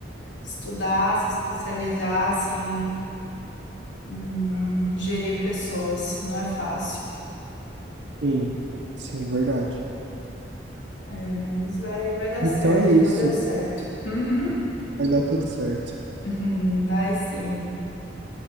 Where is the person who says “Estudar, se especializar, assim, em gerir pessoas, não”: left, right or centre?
Left